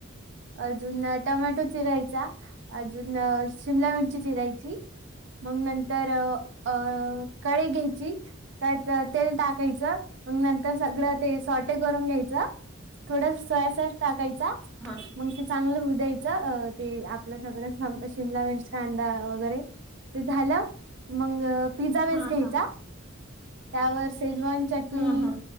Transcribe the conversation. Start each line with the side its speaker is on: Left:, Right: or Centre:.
Right: अजून टमॅटो चिरायचा, अजून शिमला मिरची चिरायची. मग नंतर अ कढई घ्यायची. त्यात तेल टाकायचं, मग नंतर सगळं ते सॉटे करून घ्यायचं. थोडासा सोया सॉस टाकायचा.
Centre: हां.
Right: मग ते चांगलं होऊ द्यायचं ते आपलं सगळं शिमला मिरच, कांदा वगैरे. ते झालं मग की मंग पिझ्झा बेस
Centre: हां,
Right: घ्यायचा,
Centre: हां.
Right: त्यावर शेजवान चटणी
Centre: हां, हां.